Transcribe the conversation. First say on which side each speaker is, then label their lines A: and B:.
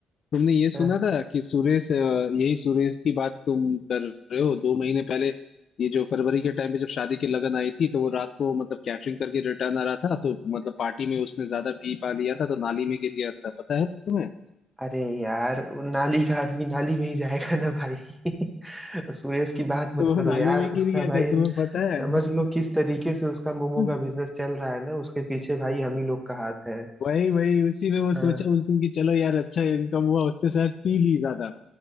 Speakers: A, on the left; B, in the centre.
A: तुमने ये सुना
B: हैं
A: था कि सुरेश अ, यही सुरेश की बात तुम कर रहे हो दो महीने पहले ये जो फरवरी के टाइम पे जब शादी की लगन आई थी तो वो रात को मतलब कैटरिंग करके रिटर्न आ रहा था तो मतलब पार्टी में उसने ज्यादा पी पा लिया था तो नाली में गिर गया था पता है तुम्हें
B: अरे यार वो नाली का आदमी नाली में ही जाएगा ना भाई <laughs> सुरेश की बात मत
A: तो
B: करो
A: वो नाली
B: यार
A: में गिर
B: उसका
A: गया
B: भाई
A: था तुम्हें पता है
B: समझ लो किस तरीके से उसका मोमो
A: <laughs>
B: का बिजनेस चल रहा है ना उसके पीछे भाई हम ही लोग का हाथ है
A: वही वही उसी में वो
B: हाँ,
A: सोचा उस दिन कि चलो यार अच्छा इनकम हुआ उसने शायद पी ली ज्यादा